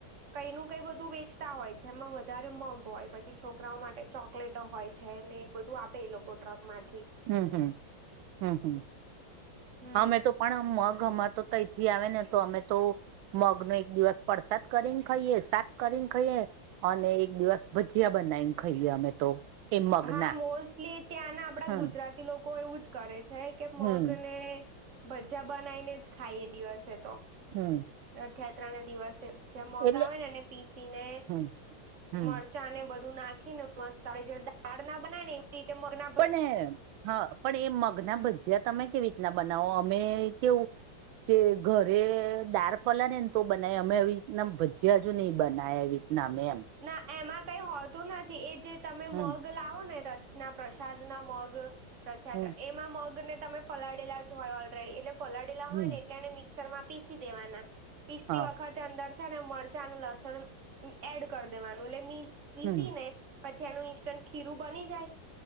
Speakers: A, on the right; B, on the right.
A: કઈ નું કઈ બધું વેચતા હોય જેમાં વધારે મગ હોય પછી છોકરાઓ માટે ચોકલેટો હોય છે ને બધું આપે એ લોકો ટ્રક માંથી
B: હમ હમ હમ હમ
A: હમ
B: અમે તો પણ મગ અમારે તો કઈથી આવે ને તો અમે તો મગ નો એક દિવસ પસાદ કરી ને ખાઈએ શાક કરી ને ખાઈએ અને એક દિવસ ભજીયા બનાવીને ખાઈએ અમે તો એ મગના
A: હા મોસ્ટલી ત્યાંના આપડા
B: હમ
A: ગુજરાતી લોકો એવું જ કરે છે કે મગ
B: હમ
A: ને ભજા બનાવી ને જ ખાઈ એ દિવસે તો
B: હમ
A: રથયાત્રા ના દિવસે જે મગ
B: એટલે
A: આવે ને એ પીસી ને
B: હમ હમ
A: મળ ચા ને બધું નાખી ને મસ્તે જે દાળ ના બના ને ત મોરના
B: પણ હા પણ એ મગના ભજીયા તમે કેવી રીતના બનાવો અમે કેવું કે ઘરે દાર્ક પલા નેને તો બનાય અમે એવી રીતના ભજ્યા હજુ નઈ બનાય એવી નમેમ
A: ના એમાં કઈ હોતું નથી એ જે તમે
B: હમ
A: મગ લાવો ને રથના પ્રસાદ ના મગ રથયાત્રા
B: હમ
A: એમાં મગ ને તમે પલાળેલા જ હોય ઓલરેડી એટલે પલાળેલા
B: હમ
A: હોય ને એટલે એને મિક્સર માં પીસી દેવાના. પીસતી
B: હા
A: વખતે અંદર છે ને મરચાં અને લસણ એડ કરી દેવાનું એટલે મી પીસી
B: હમ
A: ને પછી એનું ઇન્સ્ટન્ટ ખીરું બની જાય.